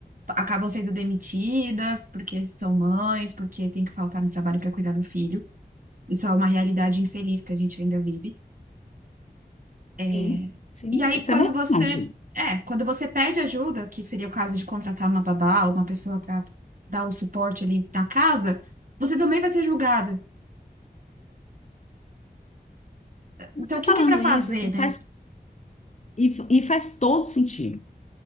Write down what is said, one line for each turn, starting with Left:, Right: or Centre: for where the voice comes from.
Right: acabam sendo demitidas porque são mães, porque tem que faltar no trabalho para cuidar do filho. Isso é uma realidade infeliz que a gente ainda vive. É,
Left: Sim, sim,
Right: E aí,
Left: isso
Right: quando
Left: é verdade.
Right: você, é, quando você pede ajuda, que seria o caso de contratar uma babá ou uma pessoa para dar o suporte ali na casa, você também vai ser julgada. Então,
Left: Você
Right: o que
Left: falando
Right: que é para fazer,
Left: isso, assim,
Right: né?
Left: faz, e, e faz todo sentido.